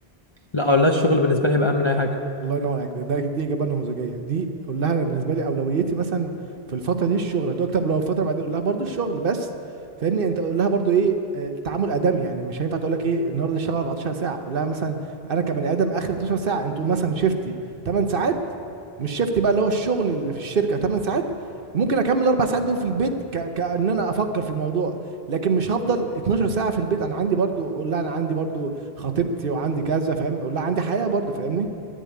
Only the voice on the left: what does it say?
لا اقول لها الشغل بالنسبه لي هيبقى اهم من اي حاجه